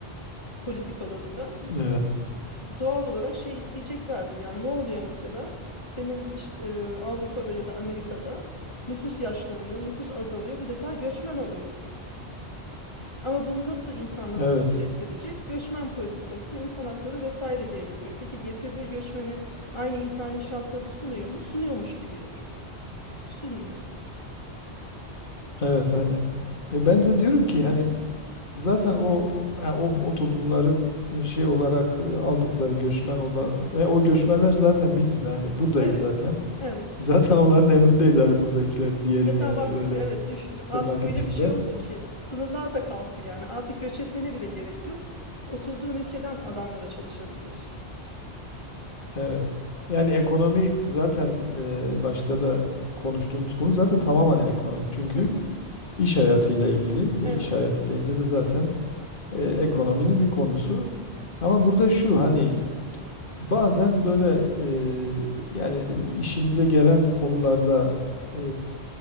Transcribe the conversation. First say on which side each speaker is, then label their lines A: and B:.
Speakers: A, on the left; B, on the left.
A: politikaları da
B: Evet.
A: doğal olarak şey isteyeceklerdir. Yani ne oluyor mesela? Senin işte e, Avrupa'da ya da Amerika'da nüfus yaşlanıyor, nüfus azalıyor. Bu defa göçmen alıyor. Ama bunu nasıl insanlara
B: Evet.
A: da kabul ettirecek? Göçmen politikası, insan hakları vesaire diye yapıyor. Peki getirdiği göçmene aynı insani şartları sunuyor mu? Sunuyormuş gibi yapıyor. Sunmuyor.
B: Evet aynen. E, ben de diyorum ki hani zaten o yani o, o toplumların e, şey olarak e, aldıkları göçmen o da e, o göçmenler zaten biziz hani buradayız
A: Evet,
B: zaten. <laughs>
A: evet.
B: Zaten onların emrindeyiz hani buradakilerin diyelim
A: Mesela
B: yani
A: bak,
B: öyle
A: evet düşün. Artık
B: tırnak
A: öyle
B: içinde.
A: bir şey oldu ki sınırlar da kalktı yani. Artık göç etmene bile gerek yok. Oturduğun ülkeden adamla da çalışabiliyorsun.
B: Evet. Yani ekonomi zaten e, başta da konuştuğumuz konu zaten tamamen ekonomik. Çünkü
A: Hı hı.
B: iş hayatıyla ilgili, e,
A: Evet.
B: iş hayatı deyince de zaten e, ekonominin bir konusu. Ama burada şu hani bazen böyle e, yani işimize gelen konularda e,